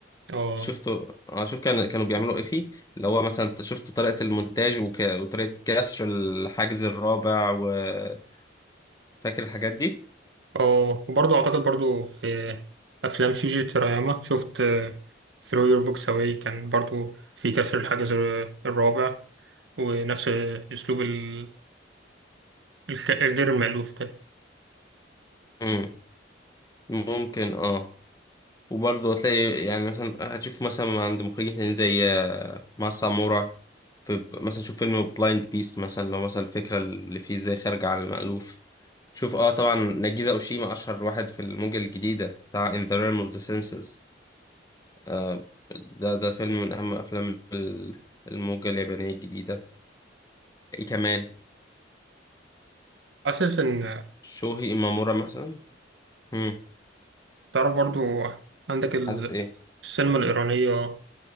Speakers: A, on the right; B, on the left.
A: اه
B: شفتوا اه شوف كان كانوا بيعملوا ايه فيه اللي هو مثلا انت شفت طريقة المونتاج وك... وطريقة كسر الحاجز الرابع وفاكر الحاجات دي
A: اه وبرضه اعتقد برضه في افلام شيجي تراياما شفت ثرو يور بوكس اواي كان برضه في كسر الحاجز الرابع ونفس اسلوب ال- الك- الغير المألوف ده
B: امم ممكن اه وبرضه هتلاقي يعني مثلا هتشوف مثلا عند مخرجين تانيين زي آه، ماسا مورا في مثلا شوف فيلم بلايند بيست مثلا لو مثلا الفكرة اللي فيه ازاي خارجة عن المألوف شوف اه طبعا ناجيزا اوشيما اشهر واحد في الموجة الجديدة بتاع In the Realm of the Senses آه، ده ده فيلم من أهم أفلام ال- الموجة اليابانية الجديدة إيه كمان
A: حاسس ان
B: شوهي إمامورا مثلا مم.
A: ترى برضه عندك ال-
B: حاسس إيه
A: السينما الايرانيه